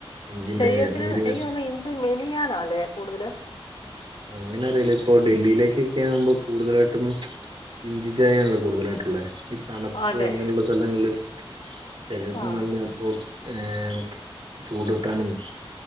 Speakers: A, on the right; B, on the left.
A: ഇഞ്ചിന്റെ
B: ശരീരത്തിന്
A: നീര്
B: ആയോ ഇഞ്ചി അല്ലേ കൂടുതല്
A: അങ്ങനെ അറിയില്ല ഇപ്പൊ ഡൽഹിയിലേക്ക് ആവുമ്പോൾ കൂടുതലായിട്ടും ഇഞ്ചി ചായയാണല്ലോ കൂടുതലായിട്ടുള്ളത് ഈ തണുപ്പ്
B: അതെ
A: അങ്ങനെയുള്ള സ്ഥലങ്ങളില് ഉ ശരീരത്തിനല്ല
B: ആഹ്
A: പ്രോട്ടീൻ ചൂട് കിട്ടാനും